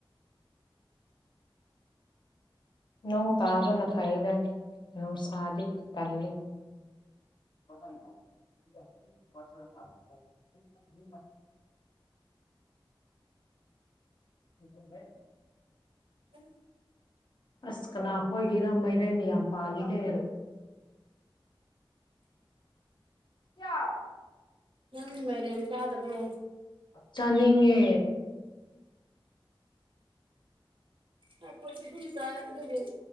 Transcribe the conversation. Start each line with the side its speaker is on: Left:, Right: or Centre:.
Left: ꯅꯣꯡ ꯇꯥꯕꯅ ꯐꯩꯌꯦꯗ ꯅꯨꯡꯁꯥꯗꯤ ꯇꯜꯂꯤ <unintelligible> <unintelligible>
Right: ꯑꯩ
Left: ꯑꯁ ꯀꯅꯥ ꯍꯣꯏꯒꯤꯔꯥ ꯃꯩꯔꯦꯟ ꯌꯥꯝ ꯄꯥꯜꯂꯤꯍꯦ <unintelligible>
Right: ꯅꯪꯗꯤ ꯃꯩꯔꯦꯟ ꯆꯗꯕ꯭ꯔꯣ
Left: ꯆꯥꯅꯤꯡꯉꯦ
Right: ꯑꯩꯈꯣꯏꯁꯨ ꯄꯨꯟꯅ ꯆꯥꯏ ꯑꯗꯨꯒꯤ